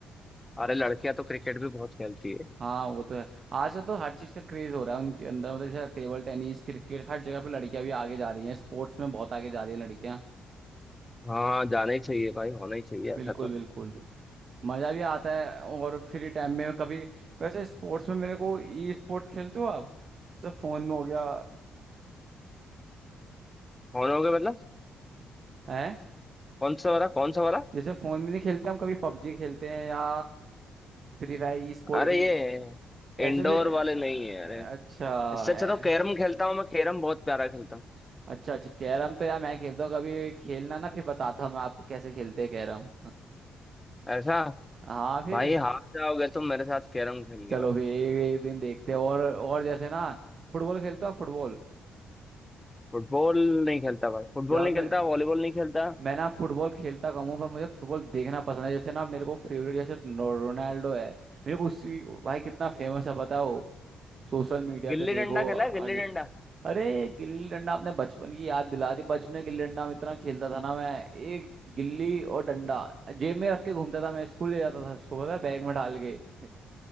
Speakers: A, on the left; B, on the right.
A: अरे लड़कियां तो क्रिकेट भी बहुत खेलती है
B: हाँ वो तो है आजकल तो हर चीज का क्रेज हो रहा है उनके अंदर मतलब जैसे टेबल टेनिस क्रिकेट हर जगह पे लड़कियां भी आगे जा रही हैं स्पोर्ट्स में बहुत आगे जा रही हैं लड़कियां
A: हाँ जाना ही चाहिए भाई होना ही चाहिए
B: बिल्कुल
A: ऐसा तो
B: बिल्कुल मजा भी आता है और फ्री टाइम में कभी वैसे स्पोर्ट्स में मेरे को ई स्पोर्ट्स खेलते हो आप जैसे फोन में हो गया
A: होना होगा मतलब
B: है
A: कौन सा वाला कौन सा वाला
B: जैसे फोन में नहीं खेलते हम कभी पबजी खेलते हैं या फ्री फायर ई स्पोर्ट
A: अरे
B: इन
A: ये
B: ऐसे
A: इंडोर
B: भी अ,
A: वाले नहीं है अरे
B: अच्छा
A: इससे
B: है
A: अच्छा तो कैरम खेलता हूँ मैं कैरम बहुत प्यारा खेलता हूँ
B: अच्छा अच्छा कैरम तो यार मैं खेलता हूँ कभी खेलना ना फिर बताता हूँ मैं आपको कैसे खेलते हैं कैरम
A: ऐसा
B: हाँ फिर
A: भाई हार जाओगे तुम मेरे साथ कैरम खेल के
B: चलो
A: भाई
B: फिर एक एक दिन देखते हैं और और जैसे ना फुटबॉल खेलते हो फुटबॉल
A: फुटबॉल नहीं खेलता भाई फुटबॉल
B: यार
A: नहीं
B: मैं
A: खेलता वॉलीबॉल नहीं खेलता
B: मैं ना फुटबॉल खेलता कम हूँ पर मुझे फुटबॉल देखना पसंद है जैसे ना मेरे को फेवरेट जैसे नो- रोनाल्डो है मेरे को उसी भाई कितना फेमस है पता है सोशल मीडिया
A: गिल्ली
B: पे देखो
A: डंडा खेला है
B: हर
A: गिल्ली
B: जगह-
A: डंडा
B: अरे गिल्ली डंडा आपने बचपन की याद दिला दी बचपन में गिल्ली डंडा में इतना खेलता था ना मैं एक गिल्ली और डंडा जेब में रख के घूमता था मैं स्कूल ले जाता था उसको पता है बैग में डाल के <laughs>